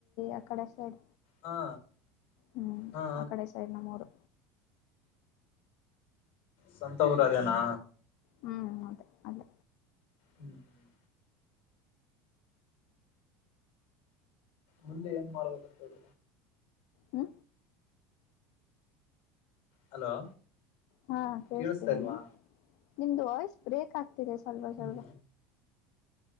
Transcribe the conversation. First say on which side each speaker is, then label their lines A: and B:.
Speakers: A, on the left; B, on the left.
A: ಆ ಕಡೆ ಸೈಡ್
B: ಹಾ
A: ಹ್ಮ್
B: ಹಾ
A: ಆ ಕಡೆ ಸೈಡ್ ನ ಮೂರು
B: ಸಂತ ಊರ ಅದೇನಾ
A: ಹ್ಮ್ ಅದೇ ಅದ
B: ಹ್ಮ್ ಹ್ಮ ಮುಂದೆ ಏನ್ ಮಾಡ್ಬೇಕಂತ ಹೇಳ
A: ಹ್ಮ
B: ಹಲೋ
A: ಹಾ ಕೇೇಳಸ್ತಿದ್ದ
B: ಕೇಳಿಸ್ತಾ ಇಲ್ವಾ
A: ನ ನಿಮ್ದು ವಾಯ್ಸ್ ಬ್ರೇಕ್ ಆಗ್ತಿದೆ ಸ್ವಲ್ಪ
B: ಹ್ಮ್
A: ಸ್ವಲ್ಪ